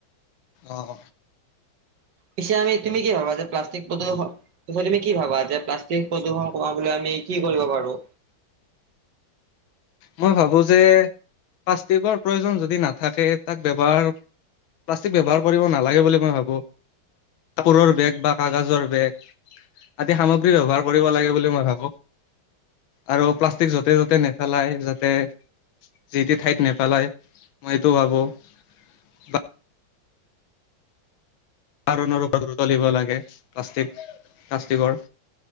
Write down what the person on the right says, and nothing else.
ই তুমি কি ভাবা যে প্লাষ্টিক প্ৰদূৰ্ষণয় তুমি কি ভাবা যে প্লাষ্টিক প্ৰদূষণ কমাবলৈ আমি কি কৰিব পাৰো ৰ